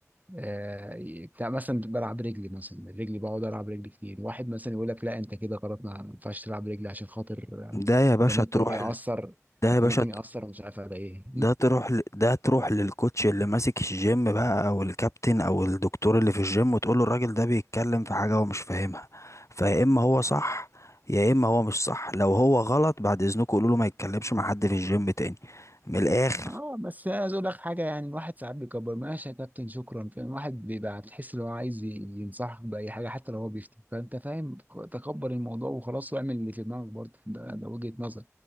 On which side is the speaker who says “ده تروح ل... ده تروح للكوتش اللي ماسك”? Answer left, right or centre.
Left